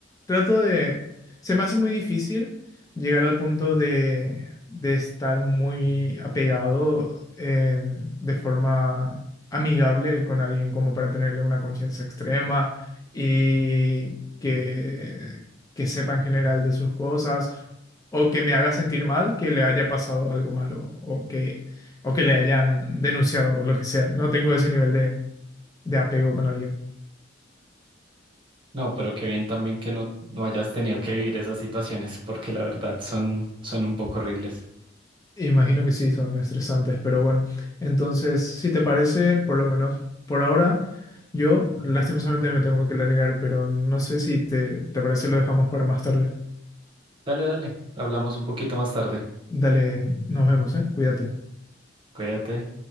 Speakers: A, on the left; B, on the right.
A: trato de, se me hace muy difícil llegar al punto de, de estar muy apegado en- de forma amigable con alguien como para tenerle una confianza extrema y que, que sepa en general de sus cosas o que me haga sentir mal que le haya pasado algo malo o que o que le hayan denunciado o lo que sea. No tengo ese nivel de, de apego con alguien.
B: No, pero qué bien también que no, no hayas tenido que vivir esas situaciones, porque la verdad son, son un poco horribles.
A: Imagino que sí, son estresantes, pero bueno. Entonces, si te parece, por lo menos por ahora, yo lastimosamente me tengo que largar, pero no sé si te, te parece lo dejamos para más tarde.
B: Dale, dale. Hablamos un poquito más tarde.
A: Dale, nos vemos, ¿eh? Cuídate.
B: Cuídate.